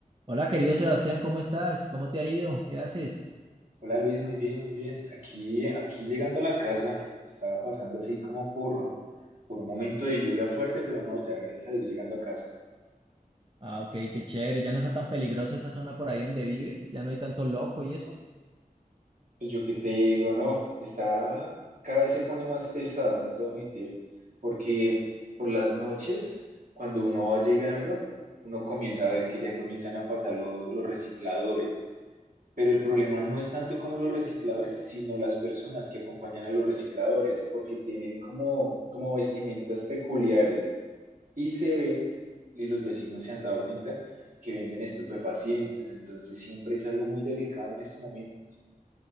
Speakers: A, on the right; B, on the right.
A: Hola, querido Sebastián, ¿cómo estás? ¿Cómo te ha ido? ¿Qué haces?
B: Hola Luis, muy bien, muy bien. Aquí, aquí llegando a la casa, estaba pasando así como por, por un momento de lluvia fuerte, pero no, ya gracias a Dios llegando a casa.
A: Ah, ok, qué chévere. ¿Ya no está tan peligroso esa zona por ahí donde vives? ¿Ya no hay tanto loco y eso?
B: Pues yo qué te digo, no, está, cada vez se pone más pesado, no te voy a mentir, porque por las noches, cuando uno va llegando, uno comienza a ver que ya comienzan a pasar lo- los recicladores. Pero el problema no es tanto como los recicladores, sino las personas que acompañan a los recicladores, porque tienen como, como vestimentas peculiares. Y se ve, y los vecinos se han dado cuenta, que venden estupefacientes. Entonces siempre es algo muy delicado en estos momentos.